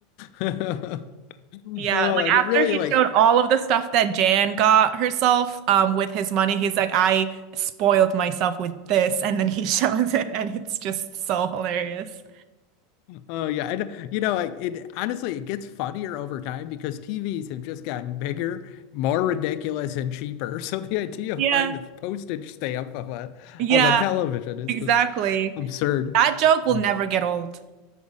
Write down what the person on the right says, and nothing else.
Yeah,
like
after
he
showed all of the stuff that Jan got herself um with his money, he's like, I spoiled myself with this, and then he <laughs> shows it and it's just so hilarious.
Yeah.
Yeah,
exactly.
That joke will
never get old.